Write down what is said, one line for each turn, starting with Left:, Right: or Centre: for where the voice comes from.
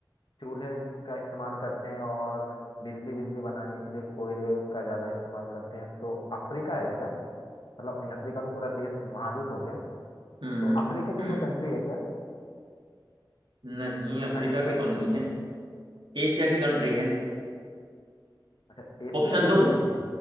Left: चूल्हे का इस्तेमाल करते हैं और बिजली बिजली बनाने के लिए कोयले का ज्यादा इस्तेमाल करते हैं तो अफ्रीका है क्या मतलब नहीं अफ्रीका तो पूरा देश महाद्वीप हो गया
Right: हम्म,
Left: तो अफ्रीका की
Right: <clears throat>
Left: कोई कंट्री है क्या
Right: नहीं
Left: इतना
Right: अफ्रीका
Left: हिंट
Right: की
Left: दोगे
Right: तो नहीं
Left: मुझे
Right: है एशिया की कंट्री है
Left: अच्छा एशिया
Right: ऑप्शन
Left: की
Right: दूं
Left: कंट्री है